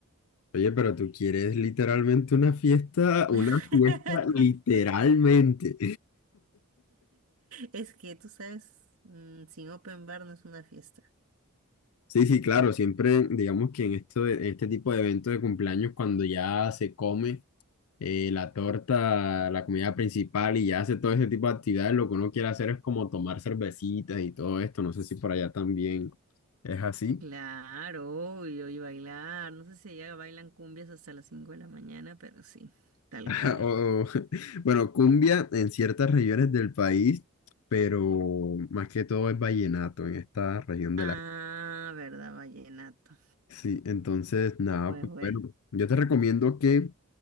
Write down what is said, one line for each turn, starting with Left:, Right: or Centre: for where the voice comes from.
Left: Oye, pero tú quieres literalmente una fiesta, una
Right: <laughs>
Left: fiesta literalmente.
Right: Es que tú sabes, mm, sin open bar no es una fiesta.
Left: Sí, sí, claro, siempre digamos que en, esto, en este tipo de eventos de cumpleaños, cuando ya se come eh, la torta, la comida principal y ya hace todo ese tipo de actividades, lo que uno quiere hacer es como tomar cervecitas y todo esto. No sé si por allá también es así.
Right: Claro, obvio, y bailar. No sé si allá bailan cumbias hasta las 5 de la mañana, pero sí, tal
Left: <laughs>
Right: cual.
Left: O- o- bueno, cumbia en ciertas regiones del país, pero más que todo es vallenato en esta región del
Right: Ah, verdad, vallenato.
Left: Sí, entonces, nada,
Right: Pues
Left: pues
Right: bueno,
Left: bueno, yo te recomiendo que